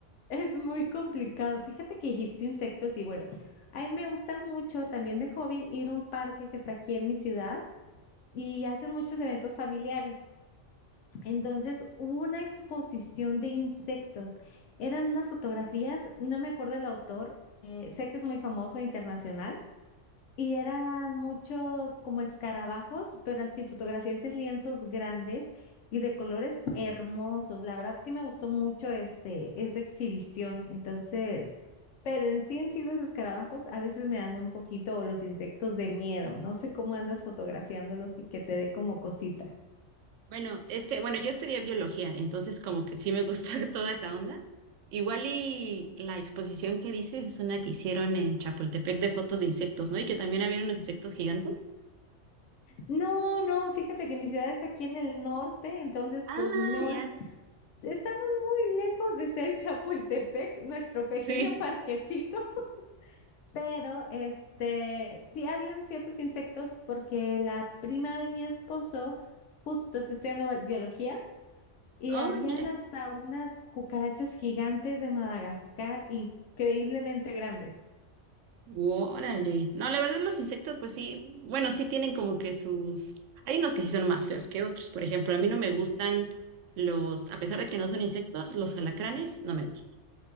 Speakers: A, on the left; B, on the right.
A: es muy complicado. Fíjate que dijiste insectos y bueno, a mí me gusta mucho también de hobby ir a un parque que está aquí en mi ciudad y hacen muchos eventos familiares. Entonces hubo una exposición de insectos. Eran unas fotografías, no me acuerdo del autor, eh, sé que es muy famoso internacional, y eran muchos como escarabajos, pero así fotografías en lienzos grandes y de colores hermosos. La verdad sí me gustó mucho este, esa exhibición. Entonces, pero en sí en sí los escarabajos a veces me dan un poquito, o los insectos de miedo. No sé cómo andas fotografiándolos y que te dé como cosita.
B: Bueno, es que, bueno, yo estudié biología, entonces como que sí me gusta <laughs> toda esa onda. Igual y la exposición que dices es una que hicieron en Chapultepec de fotos de insectos, ¿no? Y que también había unos insectos gigantes.
A: No, no, fíjate que mi ciudad es aquí en el norte, entonces
B: Ah,
A: pues no
B: ya.
A: es, estamos muy lejos de ser <laughs> Chapultepec, nuestro pequeño
B: Sí.
A: parquecito, pero este, sí habían ciertos insectos porque la prima de mi esposo justo está estudiando bi- biología y
B: Oh,
A: habían
B: mira.
A: hasta unas cucarachas gigantes de Madagascar increíblemente grandes.
B: Órale. No, la verdad los insectos, pues sí, bueno, sí tienen como que sus... Hay unos que sí son más feos que otros. Por ejemplo, a mí no me gustan los, a pesar de que no son insectos, los alacranes no me gustan.